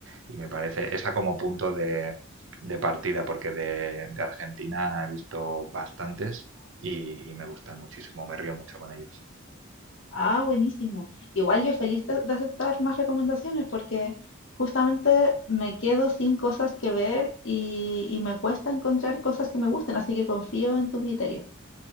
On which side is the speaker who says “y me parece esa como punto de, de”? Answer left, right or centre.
Right